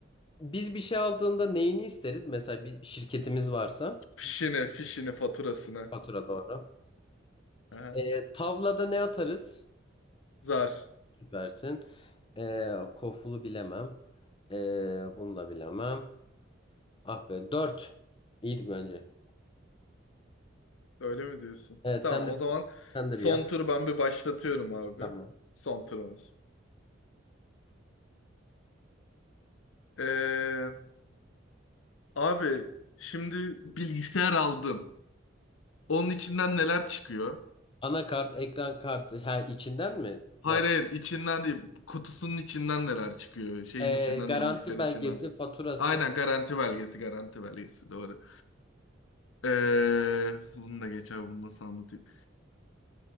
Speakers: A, on the left; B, on the left.
A: biz bir şey aldığında neyini isteriz? Mesela bir şirketimiz varsa
B: fişine, fişine, faturasına.
A: fatura doğru.
B: Aha.
A: Ee, tavlada ne atarız?
B: Zar.
A: Süpersin. Ee, kofulu bilemem. Ee, bunu da bilemem. Ah be dört İyiydik bence.
B: Öyle mi diyorsun?
A: Evet
B: Tamam
A: sen de
B: o
A: Tamam.
B: zaman
A: sen de
B: son
A: bir yap.
B: turu ben bir başlatıyorum abi.
A: Tamam.
B: Son turumuz. Ee, abi şimdi bilgisayar aldın. Onun içinden neler çıkıyor?
A: Anakart, ekran kartı. Ha içinden mi?
B: Hayır
A: Nasıl?
B: hayır içinden değil. Kutusunun içinden neler çıkıyor? Şeyin
A: Ee,
B: içinden
A: garanti
B: değil bilgisayarın
A: belgesi,
B: içinden. değil.
A: faturası,
B: Aynen garanti belgesi garanti belgesi doğru. Ee, bunu da geç abi bunu nasıl anlatayım?